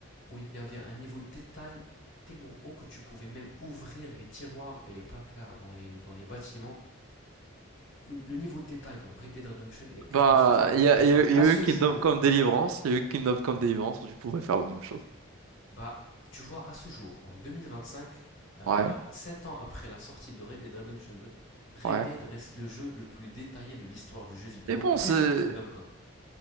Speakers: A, on the left; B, on the right.
A: où il y avait un niveau de détail tellement haut que tu pouvais même ouvrir les tiroirs et les placards dans les, dans les bâtiments? Le, le niveau de détail dans Red Dead Redemption est
B: Bah,
A: époustouflant et
B: il
A: je
B: y a,
A: pense
B: il y
A: que
B: a- il
A: à
B: y a
A: ce
B: eu Kingdom
A: jour,
B: Come Deliverance, il y a eu Kingdom Come Deliverance, tu pourrais faire la même chose.
A: Bah, tu vois, à ce jour, en 2025, euh,
B: Ouais,
A: 7 ans après la sortie de Red Dead Redemption 2, Red
B: ouais.
A: Dead reste le jeu le plus détaillé de l'histoire du jeu vidéo,
B: Mais bon,
A: plus
B: c'est...
A: que Kingdom Come.